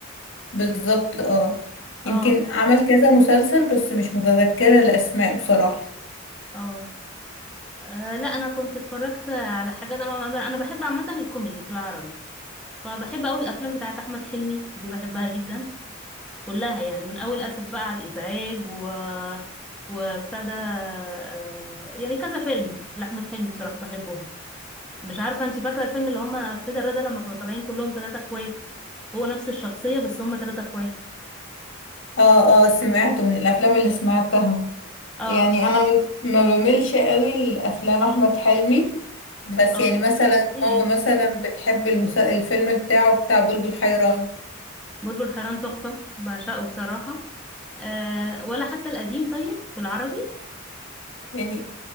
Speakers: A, on the left; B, in the centre.
A: بالظبط اه
B: اه
A: يمكن عمل كذا مسلسل بس مش متذكرة الاسماء بصراحة
B: اه آه، لا انا كنت اتفرجت على حاجات انا انا بحب عامة الكوميدي في العربي فبحب اول الافلام بتاعت احمد حلمي دي بحبها جدا كلها يعني من اول اسف بقى على الازعاج و وبتاع ده آه، يعني كذا فيلم لاحمد حلمي بصراحة بحبهم مش عارفة انت فاكرة الفيلم اللي هما كده رضا لما كانوا طالعين كلهم ثلاثة اخوات هو نفس الشخصية بس هما ثلاثة اخوات
A: اه اه سمعته من الافلام اللي سمعتها
B: اه
A: يعني انا ما ما بملش قوي لافلام احمد حلمي بس
B: اه
A: يعني مثلا
B: ايه
A: ماما مثلا بتحب المسا... الفيلم بتاعه بتاع بلبل حيران
B: بلبل حيران تحفة بعشقه بصراحة أه ولا حتى القديم طيب في العربي
A: يعني